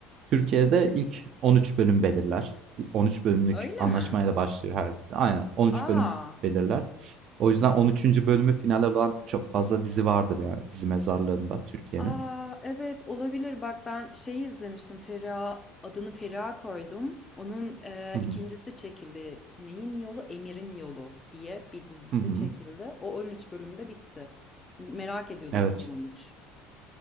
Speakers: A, on the right; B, on the left.
A: Türkiye'de ilk 13 bölüm belirler. İlk 13 bölümlük
B: Öyle
A: anlaşmayla
B: mi?
A: başlıyor her dizi. Aynen 13
B: Aa,
A: bölüm belirler. O yüzden 13. bölümü final olan çok fazla dizi vardır yani dizi mezarlığında Türkiye'nin.
B: aa evet olabilir. Bak ben şeyi izlemiştim. Feriha adını Feriha koydum. Onun e,
A: Hı hı,
B: ikincisi çekildi. Neyin yolu? Emir'in yolu diye bir dizisi
A: hı hı.
B: çekildi. O 13 bölümde bitti. Merak ediyordum
A: Evet.
B: niye 13.